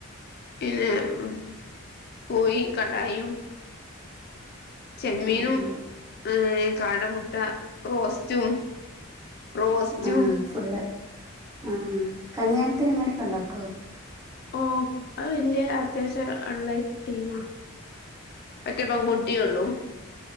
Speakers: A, on the left; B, on the right.
A: പിന്നെ ഉം പോയി കടായു ചെമ്മീനും
B: ആ ആ
A: ഏഹ് കാട മുട്ട റോസ്റ്റും. റോസ്റ്റും
B: ആഹ് ഫുള്ള് ആ കല്യാൺത്തിന് ഇങ്ങനൊക്കെ ഇണ്ടാക്കോ?
A: ഓ അത് വല്യ അത്യാവശ്യം ഇള്ള ടീമാ ഒറ്റ പെൺകുട്ടീ ഒള്ളു